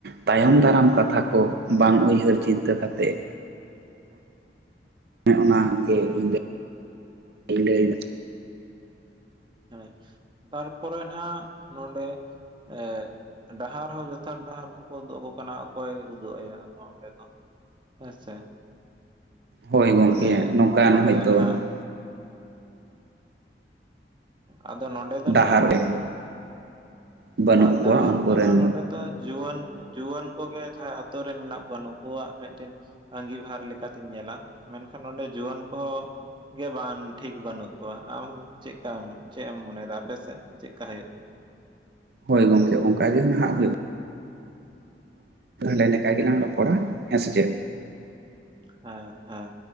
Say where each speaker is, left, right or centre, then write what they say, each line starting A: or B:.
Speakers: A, on the right; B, on the right.
A: ᱛᱟᱭᱚᱢ ᱫᱟᱨᱟᱢ ᱠᱟᱛᱷᱟ ᱠᱚ ᱵᱟᱝ ᱩᱭᱦᱟᱹᱨ ᱪᱤᱱᱛᱟᱹ ᱠᱟᱛᱮᱫ ᱦᱮ ᱚᱱᱟ ᱜᱮ ᱤᱧᱫᱚ <unintelligible> ᱞᱟᱹᱭᱫᱟ
B: ᱦᱮᱸ ᱛᱟᱨᱯᱚᱨᱮ ᱱᱟᱜ ᱱᱚᱰᱮ ᱮ ᱰᱟᱦᱟᱨ ᱦᱚᱸ ᱡᱚᱛᱷᱟᱛ ᱰᱟᱦᱟᱨ ᱦᱚᱸᱠᱚ ᱩᱫᱩᱜ ᱟᱠᱚ ᱠᱟᱱᱟ ᱚᱠᱚᱭ ᱩᱫᱩᱜ ᱟᱭᱟ ᱚᱸᱰᱮ ᱫᱚ ᱦᱮᱸᱥᱮ
A: ᱦᱳᱭ ᱜᱚᱢᱠᱮ
B: ᱚᱸᱰᱮ
A: ᱱᱚᱝᱠᱟᱱ
B: ᱚᱸᱰᱮ
A: ᱦᱚᱭᱛᱳ
B: ᱱᱟᱦᱱᱟᱜ ᱟᱫᱚ ᱱᱚᱰᱮ ᱫᱚ
A: ᱰᱟᱦᱟᱨ
B: ᱱᱟᱜ
A: ᱨᱮ ᱵᱟᱹᱱᱩᱜ
B: ᱟᱨ ᱰᱟᱦᱟᱨ
A: ᱠᱚᱣᱟ ᱩᱱᱠᱩ
B: ᱫᱚ
A: ᱨᱮᱱ
B: ᱱᱟᱦᱟᱜ ᱱᱚᱰᱮ ᱫᱚ ᱡᱩᱣᱟᱹᱱ ᱡᱩᱣᱟᱹᱱ ᱠᱚᱜᱮ ᱡᱟᱦᱟᱸᱭ ᱟᱛᱩᱨ ᱨᱮᱱ ᱢᱮᱱᱟᱜ ᱠᱚᱣᱟ ᱱᱩᱠᱩᱣᱟᱜ ᱢᱤᱫᱴᱮᱱ ᱟᱸᱜᱤᱵᱷᱟᱨᱞᱮᱠᱟᱛᱤᱧ ᱧᱮᱞᱟ ᱢᱮᱱᱠᱷᱟᱱ ᱱᱚᱸᱰᱮ ᱡᱩᱣᱟᱹᱱ ᱠᱚᱦᱚᱸ ᱜᱮ ᱵᱟᱝ ᱴᱷᱤᱠ ᱵᱟᱹᱱᱩᱜ ᱠᱚᱣᱟ ᱟᱢ ᱪᱮᱫ ᱪᱢ ᱪᱮᱫ ᱮᱢ ᱢᱚᱱᱮ ᱮᱫᱟ ᱟᱯᱮ ᱥᱮᱫ ᱪᱮᱫᱠᱟ ᱦᱩᱭᱩᱜ
A: ᱦᱳᱭ ᱜᱚᱢᱠᱮ ᱚᱱᱠᱟ ᱜᱮ ᱱᱟᱦᱟᱜ ᱦᱩᱭᱩᱜ ᱠᱟᱱᱟ ᱦᱟᱸ ᱞᱮᱠᱟ ᱜᱮᱞᱟᱝ ᱨᱚᱯᱚᱲᱟ ᱦᱮᱸ ᱥᱮ ᱪᱮᱫ
B: ᱦᱮᱸ ᱦᱮᱸ